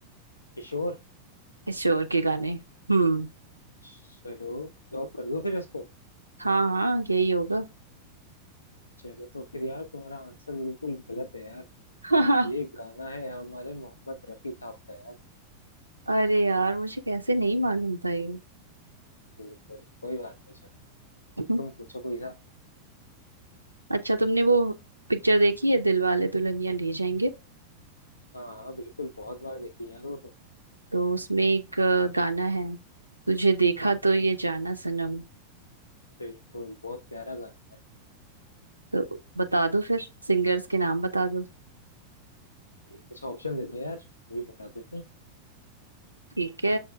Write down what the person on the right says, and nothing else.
किशोर के गाने हम्म
हाँ हाँ यही होगा
<laughs>
अरे यार मुझे कैसे नहीं मालूम था ये
<laughs>
अच्छा तुमने वो पिक्चर देखी है दिल वाले दुल्हनिया ले जाएंगे
तो उसमें एक अ, गाना है तुझे देखा तो ये जाना सनम
तो बता दो फिर सिंगर्स के नाम बता दो
ठीक है